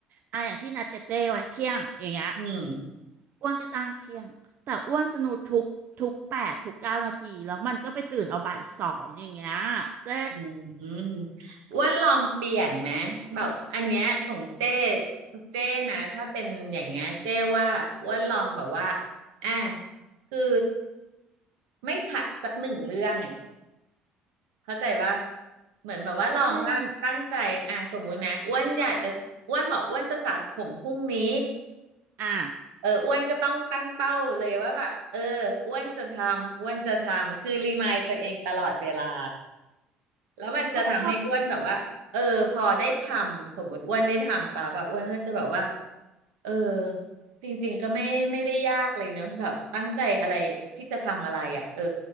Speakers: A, on the right; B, on the right.
A: อ่ะอย่างที่นัดกับเจ้ไว้เที่ยงอย่างเงี้ย
B: อืม
A: อ้วนก็ตั้งเที่ยงแต่อ้วนสนุกทุกทุกแปดทุกเก้านาทีแล้วมันก็ไปตื่นเอาบ่ายสองอย่างเงี้ยเจ
B: อืมอ้วนลองเปลี่ยนไหมแบบอันเนี้ยของเจ้เจ้นะถ้าเป็นอย่างเงี้ยเจ้ว่าอ้วนลองแบบว่าอ่ะคือไม่ผัดสักหนึ่งเรื่องอ่ะเข้าใจว่าเหมือนแบบว่าลองว่าตั้งใจอ่ะสมมุตินะอ้วนอยากจะอ้วนบอกอ้วนจะสระผมพรุ่งนี้
A: เช่นอ่ะ
B: เอออ้วนก็ต้องตั้งเป้าเลยว่าแบบเอออ้วนจะทำอ้วนจะทำคือรีมายตัวเองตลอดเวลา แล้วมันจะทำให้อ้วนแบบว่าเออพอได้ทำสมมติอ้วนได้ทำป่ะป่ะอ้วนก็จะแบบว่า
A: ก็พอ
B: เออจริงๆก็ไม่ไม่ได้ยากเลยเนอะแบบตั้งใจอะไรที่จะทำอะไรอ่ะเออ